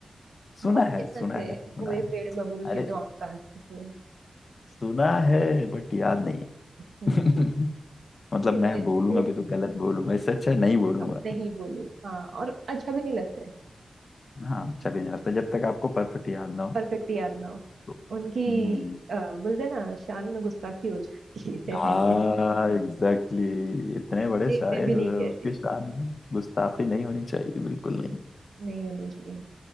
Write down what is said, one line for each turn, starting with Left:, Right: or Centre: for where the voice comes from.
Left: सुना
Right: बहुत
Left: है
Right: फेमस
Left: सुना
Right: है
Left: है सुना
Right: गोए
Left: है
Right: पेड़ बबूल
Left: अरे
Right: के तो आम कहाँ से खोए
Left: सुना है बट याद नहीं
Right: हम्म
Left: है। <laughs> मतलब
Right: नहीं
Left: मैं
Right: मेरे
Left: बोलूंगा
Right: इसके
Left: भी तो गलत बोलूंगा इससे अच्छा नहीं बोलूंगा
Right: अब नहीं बोलू हाँ और अच्छा भी नहीं लगता
Left: हाँ
Right: है
Left: अच्छा भी नहीं लगता जब तक आपको परफेक्ट याद ना हो
Right: परफेक्ट याद ना हो
Left: तो
Right: उनकी
Left: हम्म,
Right: अ, बोलते ना शान में गुस्ताखी हो जाती
Left: हाँ
Right: है <laughs>
Left: एग्जैक्टली exactly. इतने बड़े
Right: नहीं
Left: शायर
Right: मैं भी नहीं
Left: उसकी
Right: कहती
Left: शान
Right: हूँ
Left: में गुस्ताखी नहीं होनी चाहिए बिल्कुल नहीं
Right: नहीं होनी चाहिए